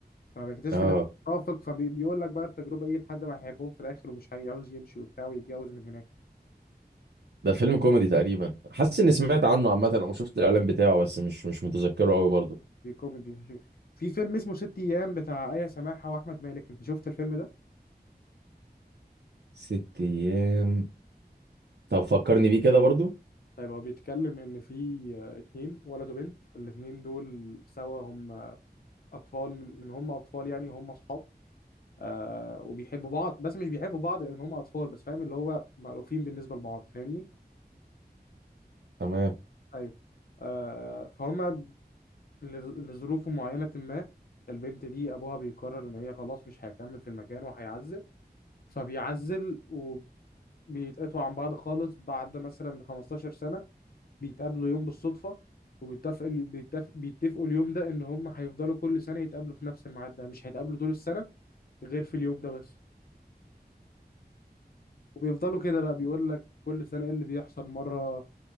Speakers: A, on the left (about 60°); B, on the right (about 75°).
A: فبيكتشف
B: اه
A: ان مرافق فبيقول لك بقى التجربه ايه لحد ما هيحبهم في الاخر ومش هيعوز يمشي وبتاع ويتجوز من هناك
B: ده فيلم كوميدي تقريبا حاسس اني سمعت عنه عامه او شفت الاعلان بتاعه بس مش مش متذكره قوي برضو
A: دي كوميدي في فيلم اسمه ست ايام بتاع آية سماحة واحمد مالك انت شفت الفيلم ده
B: ست ايام طب فكرني بيه كده برضو
A: طيب هو بيتكلم ان في آه، اتنين ولد وبنت الاتنين دول سوا هم اطفال من من هم اطفال يعني هم اصحاب آه وبيحبوا بعض بس مش بيحبوا بعض لان هم اطفال بس فاهم اللي هو مألوفين بالنسبه لبعض فاهمني
B: تمام
A: ايوه آه فهم لظ- لظروف معينة ما البنت دي أبوها بيقرر إن هي خلاص مش هيكمل في المكان وهيعزل فبيعزل وبيتقطعوا عن بعض خالص بعد مثلا 15 سنة بيتقابلوا يوم بالصدفة وبيتفقوا بيتفق بيتفقوا اليوم ده إن هم هيفضلوا كل سنة يتقابلوا في نفس الميعاد ده مش هيتقابلوا طول السنة غير في اليوم ده بس وبيفضلوا كده بقى بيقول لك كل سنة إيه اللي بيحصل مرة